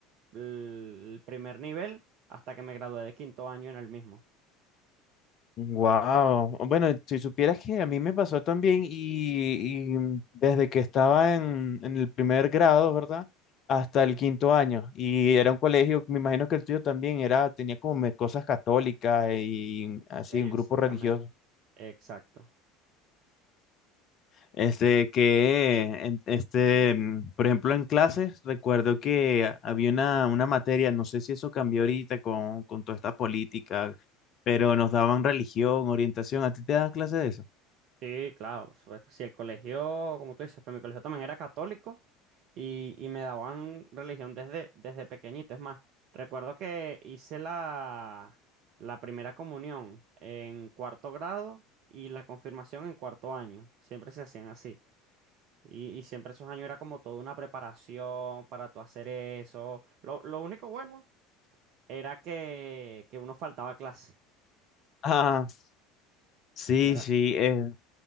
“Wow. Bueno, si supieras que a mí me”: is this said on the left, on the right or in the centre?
Left